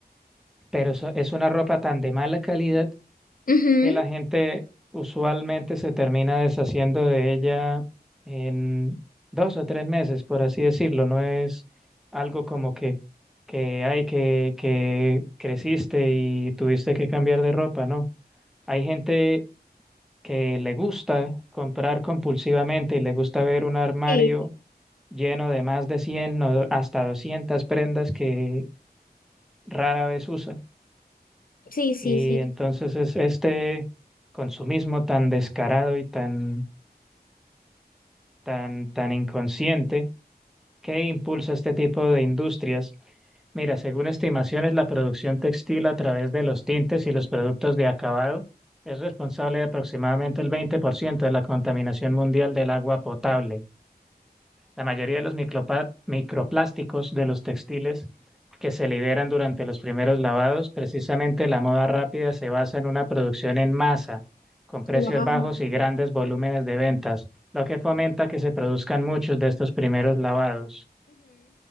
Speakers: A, in the centre; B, on the left.
A: pero eso- es una ropa tan de mala calidad
B: ujú.
A: que la gente usualmente se termina deshaciendo de ella en dos o tres meses, por así decirlo. No es algo como que, que hay que, que creciste y tuviste que cambiar de ropa, ¿no? Hay gente que le gusta comprar compulsivamente y le gusta ver un armario
B: Sí,
A: lleno de más de 100 o hasta 200 prendas que rara vez usa.
B: sí, sí,
A: Y
B: sí.
A: entonces es este consumismo tan descarado y tan, tan, tan inconsciente que impulsa este tipo de industrias. Mira, según estimaciones, la producción textil a través de los tintes y los productos de acabado es responsable de aproximadamente el 20% de la contaminación mundial del agua potable. La mayoría de los micropa- microplásticos de los textiles que se liberan durante los primeros lavados, precisamente la moda rápida se basa en una producción en masa, con precios
B: Wow.
A: bajos y grandes volúmenes de ventas, lo que fomenta que se produzcan muchos de estos primeros lavados.